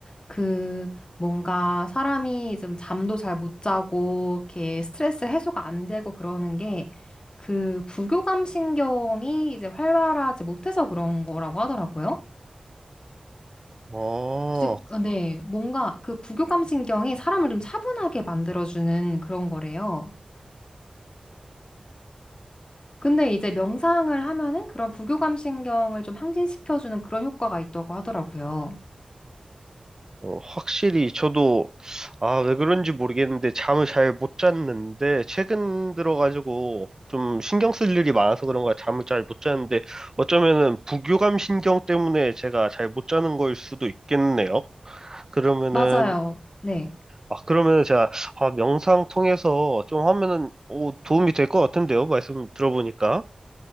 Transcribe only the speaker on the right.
어,
어, 확실히 저도 아, 왜 그런지 모르겠는데 잠을 잘 못 잤는데 최근 들어가지고 좀 신경 쓸 일이 많아서 그런가 잠을 잘 못 잤는데 어쩌면은 부교감 신경 때문에 제가 잘 못 자는 걸 수도 있겠네요. 그러면은
아 그러면은 제가 아 명상 통해서 좀 하면은 오 도움이 될 것 같은데요 말씀 들어보니까